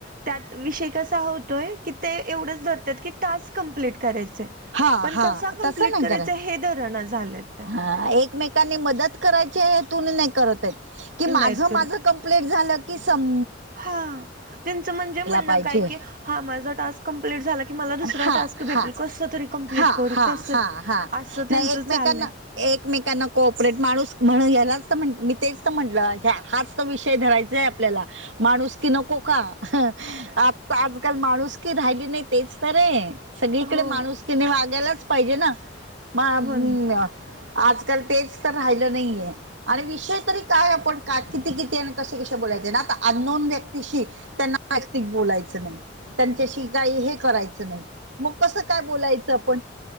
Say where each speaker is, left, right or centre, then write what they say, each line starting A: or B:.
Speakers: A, on the right; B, on the right.
A: त्यात विषय कसा होतोय की ते एवढंच धरत्यात की टास्क कमप्लीट करायचंय.
B: हा
A: पण
B: हा
A: कसा कंप्लीट
B: तसं नाही
A: करायचा
B: करत
A: हे धरणा झालेत.
B: हा एकमेकांनी मदत करायच्या हेतुने नाही करतायत की माझ
A: नाहीत करत
B: माझं कं प्लेट झालं की सं
A: हा त्यांचं म्हणजे म्हणणं
B: पाहिजे
A: काय की हा माझा टास्क कम्प्लीट झाला का मला दुसरा
B: हा
A: टास्क
B: हा
A: भेटेल कसं तरी कंप्लिट
B: हा हा
A: असं
B: हा हा
A: त्यांचं
B: नाही एकमेकांना
A: झालंय
B: एकमेकांना कोऑपरेट माणूस म्हणून यालाच तर म्ह मी तेच तर म्हटलं हाच विषय धरायचाय आपल्याला माणूस की नको का आ आजकाल माणूस की राहिली नाही तेच तर र आहे सगळीकडे
A: हो
B: माणूस कि वागायलाच पाहिजे ना मग
A: हो
B: आजकाल तेच तर राहिलं नाहीये. आणि विषय तरी काय आपण का किती किती आणि कसे कसे बोलायचे ना आता अननोन व्यक्तीशी त्यांना जातिक बोलायचं नाही त्यांच्याशी काही हे करायचं नाही मग कसं काय बोलायचं आपण.